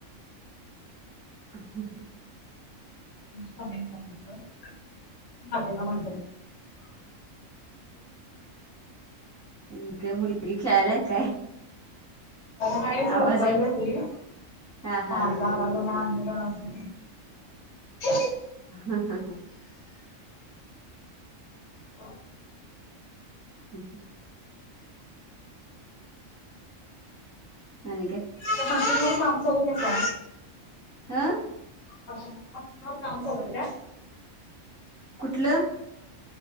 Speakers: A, on the right; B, on the left.
A: <inaudible>
B: कधी कधी तर लागेना भांडण
A: हू ते मुलगी खेळाल्या काय
B: नाई झोपाय
A: आवाज यायला
B: बसली
A: हा हा
B: माझा आवाज <unintelligible>
A: <unintelligible>
B: <unintelligible>
A: हू आणि काय
B: ते मशीनवर काम चालवत्यासा
A: ह
B: अ मशीनवर काम चालू हाय काय
A: कुठलं